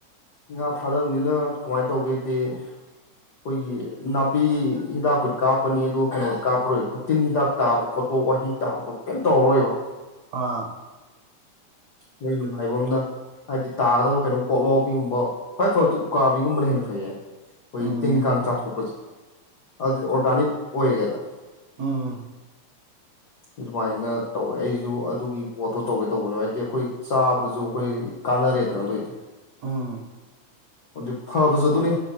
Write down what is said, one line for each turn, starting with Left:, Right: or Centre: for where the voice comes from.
Left: ꯉꯥ ꯊꯥꯗꯕꯅꯤꯅ ꯀꯃꯥꯏ ꯇꯧꯒꯦꯗꯤ ꯑꯩꯈꯣꯏꯒꯤ ꯅꯥꯄꯤ ꯍꯤꯗꯥꯛꯄꯨꯗꯤ ꯀꯥꯞꯄꯀꯅꯤ ꯑꯗꯨꯒ ꯀꯩꯅꯣꯗꯤ ꯀꯥꯞꯄꯥꯔꯣꯏꯕꯀꯣ ꯇꯤꯟ ꯍꯤꯗꯥꯛ ꯇꯥꯕ ꯈꯣꯠꯄ ꯋꯥꯍꯤꯛ ꯇꯥꯕ ꯈꯣꯠꯄ ꯀꯩꯝ ꯇꯧꯔꯔꯣꯏꯕ
Right: ꯑ
Left: ꯃꯣꯏ ꯅꯨꯡꯉꯥꯏꯕ ꯑꯝꯅ ꯍꯥꯏꯗꯤ ꯇꯥꯒꯗꯕ ꯀꯩꯅꯣ ꯄꯣꯛꯂꯥꯎꯕꯤꯒꯨꯝꯕ ꯈ꯭ꯋꯥꯏ ꯐꯕꯗꯤ ꯎꯀꯥꯕꯤꯒꯨꯝꯕꯅ ꯍꯦꯟꯅ ꯐꯩꯌꯦ ꯑꯩꯈꯣꯏ
Right: ꯎꯝ
Left: ꯇꯤꯟꯀꯥꯡ ꯆꯥꯊꯣꯛꯄꯁꯦ ꯑꯗꯨ ꯑꯣꯔꯒꯥꯅꯤꯛ ꯑꯣꯏꯔꯦꯗꯅ
Right: ꯎꯝ
Left: ꯑꯗꯨꯃꯥꯏꯅ ꯇꯧꯋꯦ ꯑꯩꯁꯨ ꯑꯗꯨꯒꯤ ꯄꯣꯠꯇꯣ ꯇꯧꯒꯦ ꯇꯧꯕꯗꯨ ꯍꯩꯇꯦ ꯑꯩꯈꯣꯏ ꯆꯥꯕꯗꯁꯨ ꯑꯩꯈꯣꯏ ꯀꯥꯟꯅꯔꯦꯗꯅ ꯑꯗꯣꯢꯗꯤ
Right: ꯎꯝ
Left: ꯑꯗꯨ ꯐꯕꯁꯨ ꯑꯗꯨꯅ